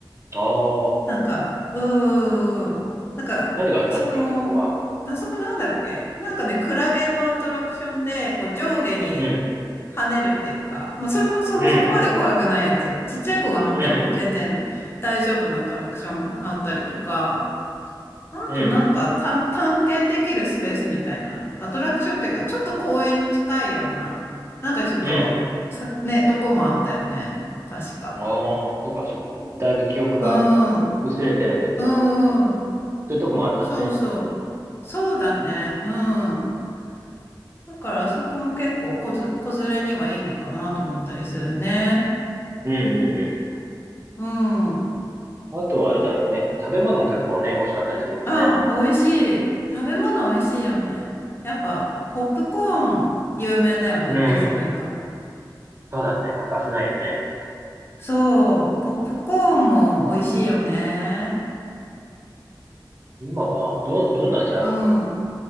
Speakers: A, on the right; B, on the left.
A: ああ、
B: なんか、うーん、なんか、
A: 何があったっけ、
B: その、
A: あそこは。
B: あそこなんだっけなんかね、クラゲのアトラクションで、こう上下に
A: うん。
B: 跳ねるっていうか、まあそれもその、
A: うん。
B: そこまで怖くないやつ。ちっちゃい子が乗っても全然大丈夫なアトラクションあったりとか、
A: うん。
B: あとなんかた探検できるスペースみたいな、
A: うん。
B: アトラクションっていうか、ちょっと公園に近いような、なんかちょっと、
A: うん。
B: さ、ね、とこもあったよね。確か。
A: ああ、そうかそうか。もうだいぶ記憶が
B: うん、
A: 薄れてるんだけど、
B: うん、うん。
A: そういうとこもあったね。
B: そうそう。そうだね。うん。だからあそこも結構子ず、子連れにはいいのかなと思ったりするね。
A: うんうんう
B: うん。
A: ん。あとはあれだよね。食べ物も結構ね、美味しかったりするもんね。
B: あ、美味しい。食べ物美味しいよね。やっぱ、ポップコーン有名だよね、
A: うん。
B: ディズニーは。
A: そうだよね。欠かせないよね。
B: そう、ポップコーンも美味しいよね。
A: 今は、ど、どんな味あ
B: うん。